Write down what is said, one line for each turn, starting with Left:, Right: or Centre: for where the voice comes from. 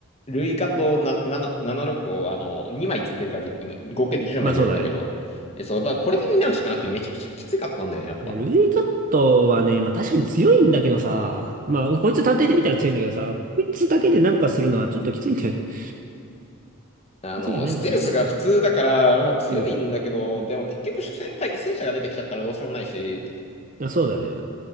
Left: ー、ルイカとななな76を、あのー、2枚積んでるからできに、合計で10枚出るんだけど、
Right: まあそうだね。
Left: えそう、だからこれで担うしかなくてめちゃくちゃきつかったんだよね、やっぱ。
Right: いや、ルイカットはね、まあ確かに強いんだけどさ、まあこいつ単体で見たら強いんだけどさ、こいつだけでなんかするのはちょっときついんだよね。<laughs> こ
Left: あの、
Right: いつだけで何かはできない。
Left: ステルスが普通だから、まあ強いんだけど、
Right: うん。
Left: でも結局、所詮対戦車が出てきちゃったらどうしようもないし、
Right: あ、そうだね。